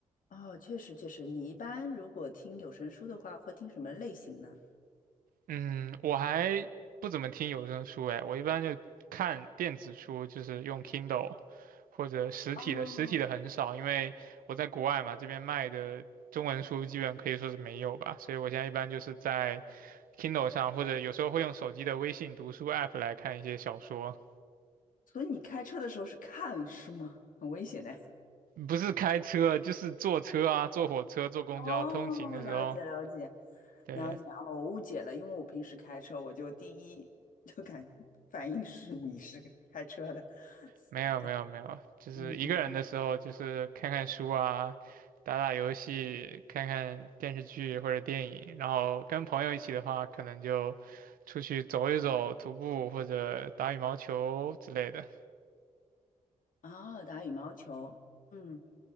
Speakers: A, on the left (about 70°); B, on the right (about 80°).
A: 哦，确实确实，你一般如果听有声书的话，会听什么类型呢？
B: 嗯，我还不怎么听有声书哎，我一般就看电子书，就是用 Kindle 或者实体的，
A: 哦
B: 实体的很少，因为我在国外嘛，这边卖的中文书基本可以说是没有吧，所以我现在一般就是在 Kindle 上，或者有时候会用手机的微信读书 app 来看一些小说，
A: 所以你开车的时候是看书吗？很危险的。<laughs>
B: 不是开车，就是坐车啊，坐火车、坐公交通勤的时候，
A: 哦，了解了解
B: 对。
A: 了解哦，我误解了，因为我平时开车，我就第一就感反应是你是个开车的，
B: 没有没有没有，
A: 懂？
B: 就是一个人的时候，
A: 嗯嗯，
B: 就是看看书啊，打打游戏，看看电视剧或者电影。然后跟朋友一起的话，可能就出去走一走，徒步或者打羽毛球之类的。
A: 哦，打羽毛球，嗯，